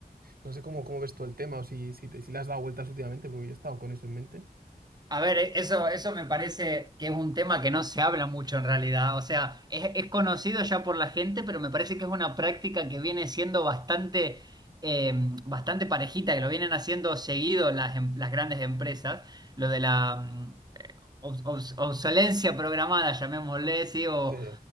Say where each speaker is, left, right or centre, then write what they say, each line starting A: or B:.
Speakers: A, on the right; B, on the right.
A: No sé cómo, cómo ves tú el tema o si, si, te, si le has dado vueltas últimamente, porque yo he estado con eso en mente.
B: A ver, eh, eso, eso me parece que es un tema que no se habla mucho en realidad. O sea, es, es conocido ya por la gente, pero me parece que es una práctica que viene siendo bastante, eh, bastante parejita, que lo vienen haciendo seguido las, em- las grandes empresas. Lo de la mm, eh, obs- obs- obsolencia programada, llamémosle, ¿sí? O,
A: Sí,